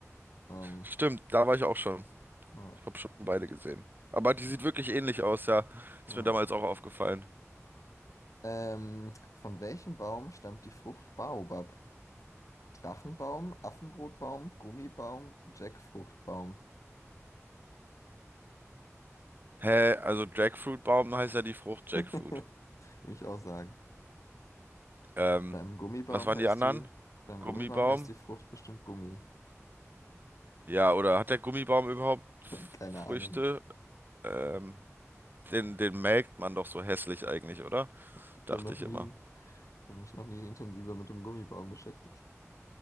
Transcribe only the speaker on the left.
Ähm,
ja,
ja.
Ähm, von welchem Baum stammt die Frucht Baobab? Drachenbaum, Affenbrotbaum, Gummibaum, Jackfruchtbaum.
<laughs>
Will ich auch sagen.
Beim Gummibaum
heißt
die, beim
Gummibaum heißt die Frucht bestimmt Gummi.
Keine
Ahnung.
Ich
habe noch
nie,
ich habe mich noch nie intensiver mit dem Gummibaum beschäftigt.